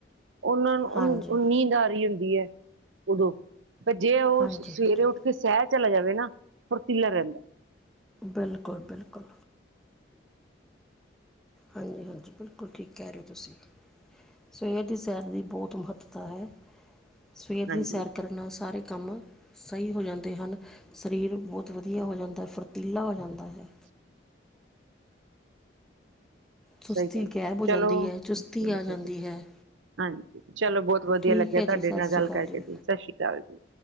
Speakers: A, on the right; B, in the centre.
A: ਓਨਾਂ ਨੂੰ
B: ਹਾਂਜੀ
A: ਓਨੂੰ ਨੀਂਦ ਆ ਰੀ ਹੁੰਦੀ ਐ। ਓਦੋਂ, ਪਰ ਜੇ ਓ
B: ਹਾਂਜੀ
A: ਸਵੇਰੇ
B: ਹਾਂਜੀ
A: ਉੱਠ ਕੇ ਸੈਰ ਚਲਾ ਜਾਵੇ ਨਾ ਫੁਰਤੀਲਾ ਰਹਿੰਦਾ।
B: ਬਿਲਕੁਲ, ਬਿਲਕੁਲ। ਹਾਂਜੀ, ਹਾਂਜੀ ਬਿਲਕੁਲ ਠੀਕ ਕਹਿ ਰੇ ਓ ਤੁਸੀਂ। ਸਵੇਰ ਦੀ ਸੈਰ ਦੀ ਬਹੁਤ ਮਹੱਤਤਾ ਹੈ। ਸਵੇਰ ਦੀ
A: ਹਾਂਜੀ
B: ਸੈਰ ਕਰਨ ਨਾਲ ਸਾਰੇ ਕੰਮ ਸਹੀ ਹੋ ਜਾਂਦੇ ਹਨ ਸਰੀਰ ਬਹੁਤ ਵਧੀਆ ਹੋ ਜਾਂਦਾ ਫੁਰਤੀਲਾ ਹੋ ਜਾਂਦਾ ਹੈ। ਸੁਸਤੀ
A: ਸਹੀ ਗੱਲ ਐ,
B: ਗਾਇਬ ਹੋ ਜਾਂਦੀ
A: ਚਲੋ
B: ਹੈ ਚੁਸਤੀ
A: <unintelligible>
B: ਆ ਜਾਂਦੀ ਹੈ
A: ਹਾਂਜੀ ਚਲੋ ਬਹੁਤ ਵਧੀਆ
B: ਠੀਕ
A: ਲੱਗਿਆ
B: ਹੈ ਜੀ
A: ਤੁਹਾਡੇ
B: ਸਤਿ
A: ਨਾਲ ਗੱਲ
B: ਸ਼੍ਰੀ ਅਕਾਲ
A: ਕਰਕੇ,
B: ਜੀ
A: ਸਤਿ ਸ੍ਰੀ ਕਾਲ ਜੀ।